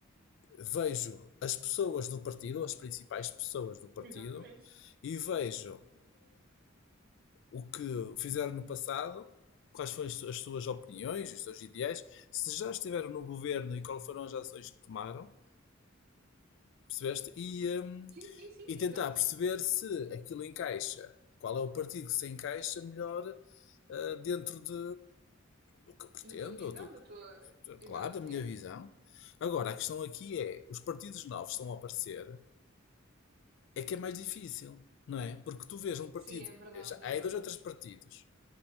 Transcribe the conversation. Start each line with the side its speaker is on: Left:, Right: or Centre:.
Left: vejo as pessoas do partido, as principais pessoas do partido,
Right: exatamente.
Left: e vejo o que fizeram no passado, quais foram as suas opiniões, os seus ideais, se já estiveram no governo e quais foram as ações que tomaram, percebeste? E, hum,
Right: Sim, sim, sim,
Left: e
Right: exato.
Left: tentar perceber se aquilo encaixa, qual é o partido que se encaixa melhor ah, dentro de, do que eu pretendo,
Right: Da tua visão,
Left: ou do que,
Right: da tua idade.
Left: claro, da minha
Right: é.
Left: visão. Agora, a questão aqui é, os partidos novos estão a aparecer, é que é mais difícil, não é? Porque tu vês um partido,
Right: Sim, é verdade,
Left: já- há
Right: é
Left: aí
Right: verdade.
Left: dois ou três partidos